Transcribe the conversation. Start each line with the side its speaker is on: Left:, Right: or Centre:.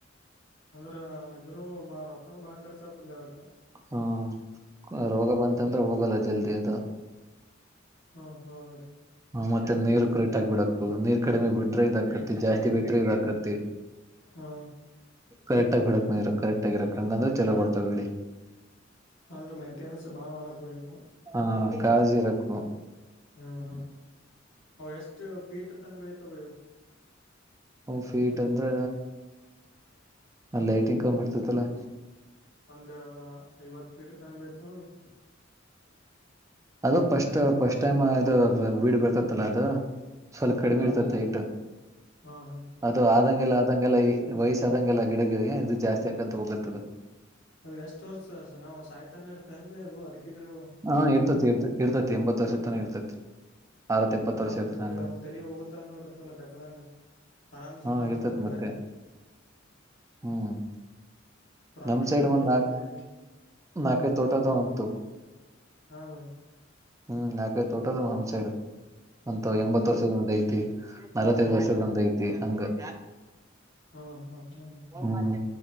Left: ಅಂದ್ರ ಇದನ್ನು ಬಾಳ ರೊಕ್ಕನ ಬಾಳ ಖರ್ಚ ಆಗ್ತದ ಅದಕ್
Right: ಹ್ಮ ರೋಗ ಬಂತಂದ್ರೆ ಹೋಗಲ್ಲ ಜಲ್ದಿ ಅದು
Left: ಹಾ ಹೌದ
Right: ಹ ಮತ್ತೆ ನೀರು ಕರೆಕ್ಟ್ ಆಗಿ ಬಿಡ್ಬೇಕು ನೀರ್ ಕಡಿಮೆ ಬಿಟ್ರೆ ಇದ ಹಾಕತ್ತತಿ ಜಾಸ್ತಿ ಬಿಟ್ರೆ ಇದ ಹಾಕತ್ತತಿ
Left: ಹಾ
Right: ಕರೆಕ್ಟಾಗ್ ಬಿಡಕ್ ನೀರು ಕರೆಕ್ಟ್ ಬಿಡ್ಬೇಕು ಅಗಾದ್ರೆ ಚಲೋ ಬರ್ತಾವ ಬೆಳ್ಳುಳ್ಳಿ
Left: ಅಂದ್ರ ಮೇಂಟೆನೆನ್ಸ್ ಬಾಳ ಮಾಡಕ್ ಬೈ ಅವಕ್ಕ
Right: ಹಾ ಕಜಿರಕ್ಕು
Left: ಹ್ಮ್ ಹ್ಮ್ ಅ ಎಷ್ಟು ಪೀಟ ತಾನ ಬೆಳಿತಾವ ಅವು
Right: ಫೀಟ್ ಅಂದ್ರ ಅ ಲೈಟಿಂಗ್ ಕಂಬೆರ್ತಾತ್ತಲ್ಲ
Left: ಒಂದ ಐವತ್ತು ಪೀಟ ತನ ಬೀಳ್ತವೆ ಎನ್
Right: ಅದು ಪಫಸ್ಟ್ ಫಸ್ಟ್ ಟೈಮ್ ಅದು ಬೀಡ್ ಬರ್ತತ್ತಲ್ಲಾ ಅದು ಸ್ವಲ್ಪ ಕಡಿಮೆ
Left: ಹಾ
Right: ಇರ್ತತ್ತ ಹೈಟ್
Left: ಹಾ ಹಾ
Right: ಅದು ಆದಂಗೆಲ್ಲ ಆದಂಗೆಲ್ಲ ವಯಸ್ಸ ಆದಂಗೆಲ್ಲ ಗಿಡಗಿ ಇದು ಜಾಸ್ತಿ ಆಾಕಂತ ಹೋಗತದು
Left: ಅದು ಎಷ್ಟು ವರ್ಸ್ ನಾವು ಸಾಯ್ತಾನ ಇರ್ತವೆ ಬೈ ಅದು ಅಡಿಕೆಗಳು
Right: ಹಾ ಇರ್ತತಿ ಇರ್ ಇರ್ತತಿ ಎಂಬತ್ ವರ್ಷದ ತನ ಇರ್ತತಿ ಅರವತ್
Left: ಹ
Right: ಎಪ್ಪತ್
Left: ಪಾಡ
Right: ವರ್ಷ ಇರ್ತ
Left: ಬೇ
Right: ಹಂಗ
Left: ಒಂದ್ ತಲಿ ಹೋಗುತ್ತಾನೂ ಇತ್ತಲ್ಲ ಬೇಕದಂಗ ಆರಾಮ್ ಜೀವನ
Right: ಹಾ
Left: ಮಾಡೋದು
Right: ಇರ್ತೇತ್
Left: ಅದ್ರಾಗೆ
Right: ಮತ್ತೆ ಹ್ಮ್
Left: ಪ್ರಾಫಿಟ್ನು
Right: ನಮ್ಮ ಸೈಡು
Left: ಬರ್ತದೆ
Right: ಒಂದ
Left: ಹೆವಿ
Right: ನಾಲ್ಕು ತೋಟದ ವಂತಾವ್
Left: ಹಾ ಭಾಯ್.
Right: ಹ್ಮ್ ನಾಕೈ ತೋಟದ ಬಾಯ್ ಅಂತ
Left: ಹಾ
Right: ಎಂಬತ್ ವರ್ಷದ ಐತಿ. ನಲವತ್ತೈದು
Left: ಹಾ
Right: ವರ್ಷದಂತ ಐತಿ ಹಂಗ.
Left: ಹ್ಮ್ ಹ್ಮ್ ಹ್ಮ.
Right: ಹ್ಮ್